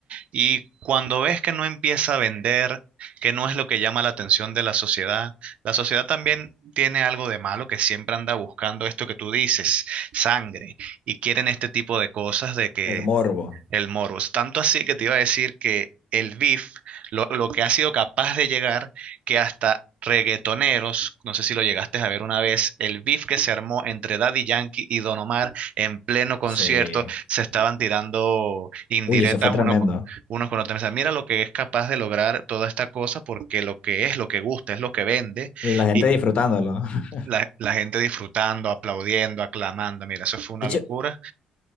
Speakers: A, on the right (about 60°); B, on the left (about 50°).
A: Y cuando ves que no empieza a vender, que no es lo que llama la atención de la sociedad, la sociedad también tiene algo de malo que siempre anda buscando esto que tú dices, sangre, y quieren este tipo de cosas de que
B: El morbo.
A: el Morus. Tanto así que te iba a decir que el beef, lo, lo que ha sido capaz de llegar, que hasta reggaetoneros, no sé si lo llegaste a ver una vez, el beef que se armó entre Daddy Yankee y Don Omar en pleno concierto,
B: Sí.
A: se estaban tirando indirectas
B: Uy, eso fue tremendo.
A: uno con, unos con otros. O sea, mira lo que es capaz de lograr toda esta cosa, porque lo que es, lo que gusta, es lo que vende,
B: Y la gente
A: y
B: disfrutándolo. <laughs>
A: la, la gente disfrutando, aplaudiendo, aclamando. Mira, eso fue una
B: De hecho,
A: locura.